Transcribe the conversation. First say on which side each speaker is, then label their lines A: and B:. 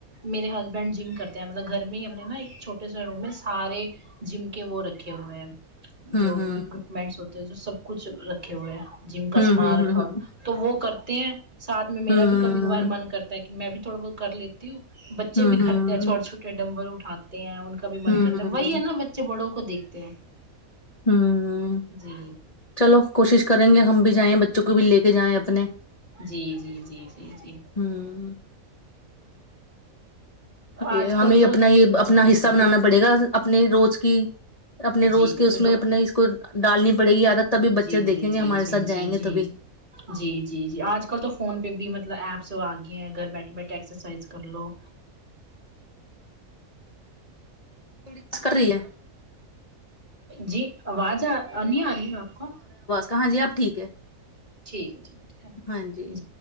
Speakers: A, on the right; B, on the left.
A: میرے ہسبینڈ جم کرتے ہیں مطلب گھر میں ہی ہم نے نا ایک چھوٹ ا سا روم ہے سارے جم کے وہ رکھے ہوئے ہیں
B: ہوں
A: جو
B: ہوں
A: اکوپمنٹس ہوتے ہیں جو سب کچھ رکھے ہوئے ہیں جم کا
B: ہوں
A: سامان
B: ہوں
A: رکھا ہوا تو وہ کرتے ہیں ساتھ میں میرا
B: ہوں ہوں
A: بھی کبھی کبھار من کرتا ہے کہ میں بھی تھوڑا بہت کر لی بچے
B: ہوں
A: بھی کرتے ہیں چھوٹے چھوٹ ڈمبل اٹھاتے ہیں ان کا بھی من
B: ہوں
A: کرتا
B: ہوں
A: ہے وہی ہے نا ب بچے بڑوں کو دیکھتے ہیں
B: ہوں
A: جی
B: چلو کوشش کریں گے ہم بھی جائیں بچوں کو بھی لے کے جائیں اپنے
A: جی جی جی جی جی
B: ہوں یہ
A: آج کل
B: ہمیں
A: تو
B: اپنا یہ اپنا
A: جی جی
B: حصہ
A: جی
B: بنانا پڑے گا اپنے روز کی اپنے روز
A: جی
B: کے اس میں
A: رو
B: اپنے اس کو ڈالنی پڑے گی عادت تبھی بچے
A: جی جی
B: دیکھیں گے
A: جی
B: ہمارے
A: جی جی
B: ساتھ جائیں گے
A: جی
B: تبھی
A: جی جی جی آج کل تو فون پہ بھی مطلب ایپس آ گی ہیں گھر بیٹھے بیٹھے ایکسرسائز کر لو
B: تھوڑی <unintelligible> کر رہی ہے
A: جی آواز نہیں آ رہی ہے آپ کو
B: کہاں جی اب ٹھیک ہے
A: ٹھیک ہے ٹھیک ٹھیک ہے
B: ہاں جی